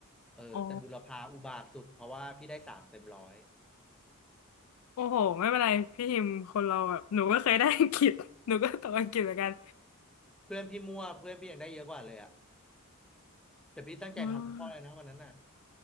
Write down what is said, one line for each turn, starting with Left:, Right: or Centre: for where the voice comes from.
Centre: เออแต่บุรพาอุบาทสุดเพราะว่าพี่ได้สามเต็มร้อย
Left: อ๋อโอ้โหไม่เป็นไรพี่ฮิมคนเราแบบหนูก็เคยได้อังกฤษ <laughs> หนูก็ตกอังกฤษเหมือนกัน
Centre: เพื่อนพี่มั่วเพื่อนพี่ยังได้เยอะกว่าเลยอ่ะแต่พี่ตั้งใจทำทุกข้อเลยนะวันนั้นน่ะ
Left: อ๋อ